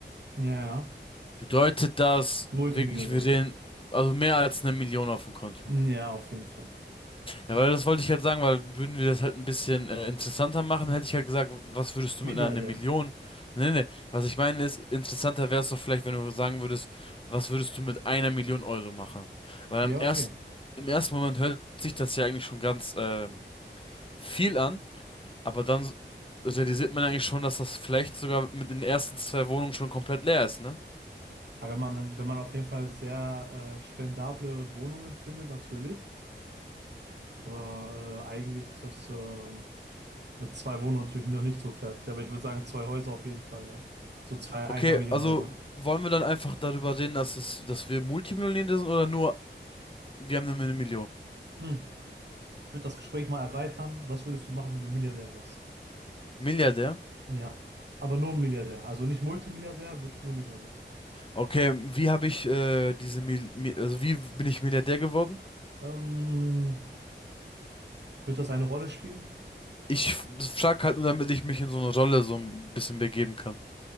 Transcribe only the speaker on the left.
Bedeutet das
wirklich, wir sehen, also mehr als eine Million auf dem Konto?
Ja, weil das wollte ich halt sagen, weil würden wir das halt ein bisschen äh, interessanter machen, hätte ich halt gesagt, was würdest du
mit einer Million? Nee, nee, was ich meine ist, interessanter wäre es doch vielleicht, wenn du sagen würdest, was würdest du mit einer Million Euro machen? Weil
am ersten,
im ersten Moment hört sich das ja eigentlich schon ganz ähm, viel an, aber dann s- realisiert man eigentlich schon, dass das vielleicht sogar mit den ersten zwei Wohnungen schon komplett leer ist, ne?
Okay,
also wollen wir dann einfach darüber reden, dass es, dass wir Multimillionäre sind oder nur, wir haben nur eine Million?
Milliardär?
Okay, wie habe ich äh, diese Mil Mi also wie bin ich Milliardär geworden?
Ich f- frag halt nur, damit ich mich in so eine Rolle so ein bisschen begeben kann.